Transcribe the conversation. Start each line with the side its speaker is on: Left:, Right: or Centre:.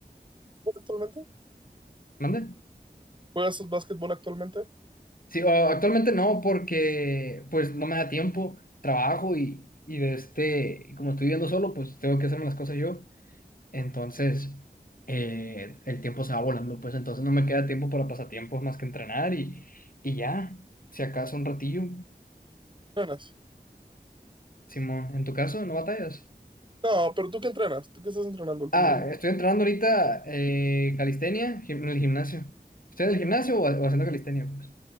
Right: ¿Juegas actualmente?
Left: ¿Mande?
Right: ¿Juegas básquetbol actualmente?
Left: Sí, o- actualmente no, porque pues no me da tiempo, trabajo y, y de este, y como estoy viviendo solo, pues tengo que hacerme las cosas yo. Entonces, eh, el tiempo se va volando, pues entonces no me queda tiempo para pasatiempos más que entrenar y, y ya, si acaso un ratillo.
Right: ¿Entrenas?
Left: Simón, ¿en tu caso no batallas?
Right: No, pero tú qué entrenas, tú qué estás entrenando últimamente.
Left: Ah, estoy entrenando ahorita eh, calistenia gim- en el gimnasio. ¿Estoy en el gimnasio o, o haciendo calistenia? Pues?